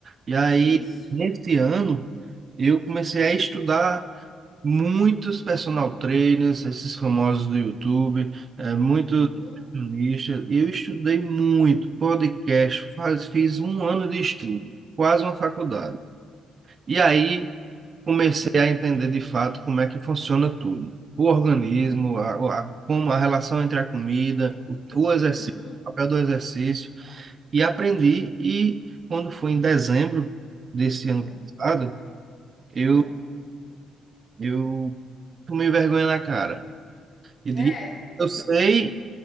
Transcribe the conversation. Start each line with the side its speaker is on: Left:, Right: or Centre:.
Right: E aí,
Left: Isso.
Right: nesse ano, eu comecei a estudar muitos personal trainers, esses famosos do YouTube, é, muitos
Left: Uhum.
Right: nutricionistas. E eu estudei muito podcast, faz, fiz um ano de estudo, quase uma faculdade.
Left: Uhum.
Right: E aí comecei a entender de fato como é que funciona tudo. O organismo, a, a- como a relação entre a comida, o, o exercício,
Left: Uhum.
Right: o papel do exercício. E aprendi, e quando foi em dezembro desse ano
Left: Ah,
Right: passado, eu,
Left: ah.
Right: eu tomei vergonha na cara. E
Left: É.
Right: digo, eu sei